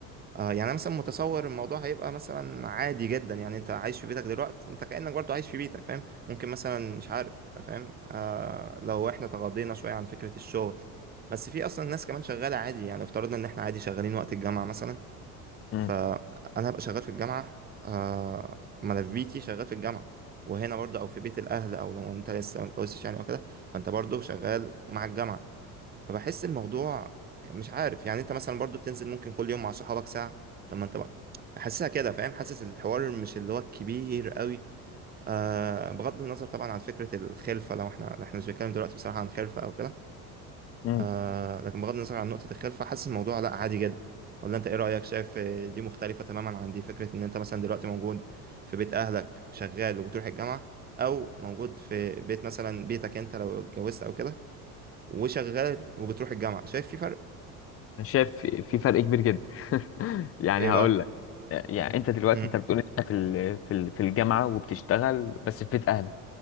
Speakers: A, on the right (about 20°); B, on the left (about 30°).
A: آه يعني انا مثلا متصور الموضوع هيبقى مثلا عادي جدا يعني انت عايش في بيتك دلوقتي انت كأنك برضو عايش في بيتك فاهم ممكن مثلا مش عارف فاهم آه لو احنا تغاضينا شوية عن فكرة الشغل بس في اصلا ناس كمان شغالة عادي يعني افترضنا ان احنا عادي شغالين وقت الجامعة مثلا
B: امم
A: فانا هبقى شغال في الجامعه آه ملفيتي شغال في الجامعه وهنا برضو او في بيت الاهل او لو انت لسه ما اتجوزتش يعني او كده فانت برضو شغال مع الجامعه فبحس الموضوع مش عارف يعني انت مثلا برضو بتنزل ممكن كل يوم مع صحابك ساعه طب ما انت بقى حاسسها كده فاهم حاسس الحوار مش اللي هو الكبير قوي آه بغض النظر طبعا عن فكره الخلفه لو احنا احنا مش بنتكلم دلوقتي بصراحه عن خلفه او كده
B: امم
A: آه لكن بغض النظر عن نقطة الخلفة فحاسس الموضوع لا عادي جدا ولا انت ايه رأيك شايف آه، دي مختلفة تماما عن دي فكرة ان انت مثلا دلوقتي موجود في بيت اهلك شغال وبتروح الجامعة او موجود في بيت مثلا بيتك انت لو اتجوزت او كده وشغال وبتروح الجامعة شايف في فرق
B: انا شايف في في فرق كبير جدا <laughs> يعني
A: ايه
B: هقول
A: بقى
B: لك يعني انت دلوقتي
A: امم
B: انت بتقول انت في ال... في ال... في الجامعه وبتشتغل بس في بيت اهلك